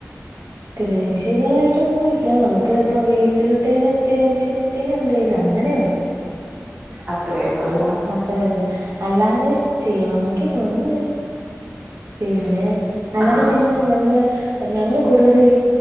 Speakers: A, on the right; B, on the right.
A: കൃഷികളായിട്ടൊന്നും ഇല്ല നമുക്ക് ഇപ്പ വീട്ടിലത്തേന് അത്യാവശ്യത്തിന് എന്തലും അങ്ങനെയുള്ളു.
B: അത്രേ ഉള്ളല്ലേ.
A: അത്രേ ഉള്ളു അല്ലാതെ ചെയ്യണോന്നൊക്കെ ഉണ്ട് പിന്നെ അല്ലാതെ
B: ആഹ്
A: പിന്നെ നമ്മള് ഞങ്ങള് കൂടുതൽ ഈ